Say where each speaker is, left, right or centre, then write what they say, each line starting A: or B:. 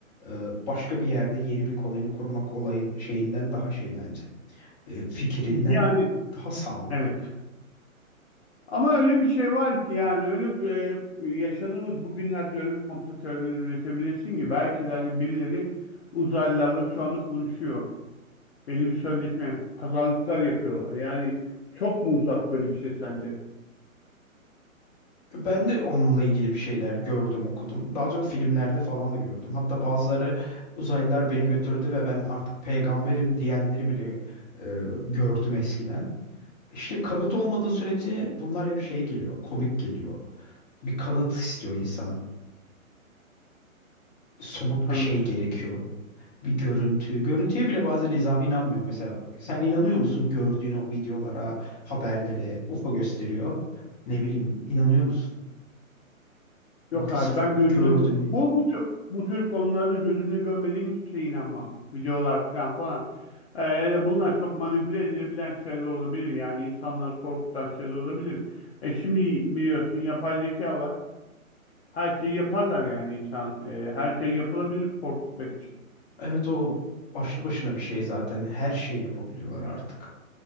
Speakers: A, on the left (about 30°); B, on the left (about 50°).
A: e, başka bir yerde yeni bir koloni kurmak olayın şeyinden daha şey bence. E, Fikrinden
B: Yani
A: daha sağlıklı.
B: evet. Ama öyle bir şey var ki yani öyle bir, e, yaşadığımız bugünlerde öyle komplo teorileri üretebilirsin ki belki de hani birileri uzaylılarla şu anda konuşuyor. Belli bir sözleşme, pazarlıklar yapıyorlar. Yani çok mu uzak böyle bir şey sence?
A: Ben de onunla ilgili bir şeyler gördüm, okudum. Daha çok filmlerde falan da gördüm. Hatta bazıları uzaylılar beni götürdü ve ben artık peygamberim diyenleri bile e, gördüm eskiden. İşte kanıt olmadığı sürece bunlar hep şey geliyor, komik geliyor. Bir kanıt istiyor insan. Somut
B: Kanıt.
A: bir şey gerekiyor. Bir görüntü. Görüntüye bile bazen iza- inanmıyor. Mesela sen inanıyor musun gördüğün o videolara, haberlere, UFO gösteriyor. Ne bileyim, inanıyor musun?
B: Yok
A: Ya
B: abi
A: Sırf
B: ben gözümle
A: gördün.
B: bu bu tür, bu tür konularda gözümle görmediğim hiçbir şeye inanmam. Videolar falan falan. Ee, hele bunlar çok manipüle edilebilen şeyler olabilir. Yani insanları korkutan şeyler olabilir. E şimdi biliyorsun yapay zeka var. Her şeyi yaparlar yani insan. e, her şey yapılabilir korkutmak için.
A: Evet o başlı başına bir şey zaten. Her şey yapabiliyorlar artık.